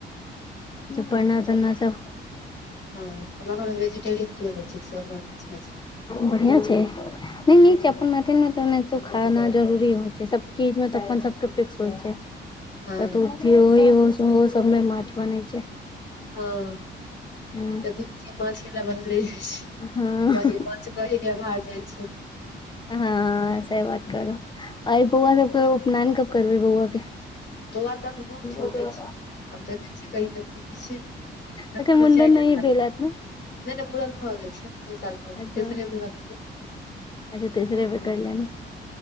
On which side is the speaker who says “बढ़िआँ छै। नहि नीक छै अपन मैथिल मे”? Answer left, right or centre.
Left